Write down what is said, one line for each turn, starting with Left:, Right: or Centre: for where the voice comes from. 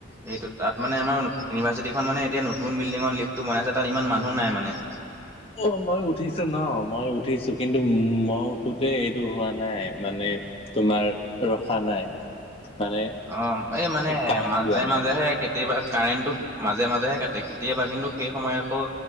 Right: সেইটো তাত মানে আমাৰ ইউনিভাৰ্চিটিখন মানে এতিয়া নতুন বিল্ডিঙৰ লিফ্টটো বনাইছে তাত ইমান মানুহ নাই মানে-
Left: অ মই উঠিছো ন মই উঠিছো কিন্তু মই- তে এইটো হোৱা নাই মানে তোমাৰ ৰখা নাই- মানে
Right: অ এই মানে
Left: কাৰেণ্ট
Right: মাজে
Left: যোৱা নাই
Right: মাজেহে কেতিয়াবা কাৰেণ্টটো মাজে- মাজে মাজেহে কাটে। কেতিয়াবা কিন্তু সেই সময় আকৌ